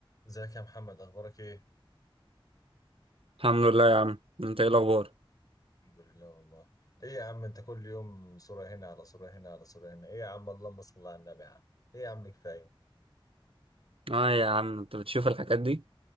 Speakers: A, on the left; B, on the right.
A: ازيك يا محمد اخبارك ايه
B: الحمد لله يا عم انت ايه الاخبار
A: الحمد لله والله ايه يا عم انت كل يوم صورة هنا على صورة هنا على صورة هنا ايه يا عم اللهم صل على النبي يا عم ايه يا عم كفاية
B: اه يا عم انت بتشوف الحاجات دي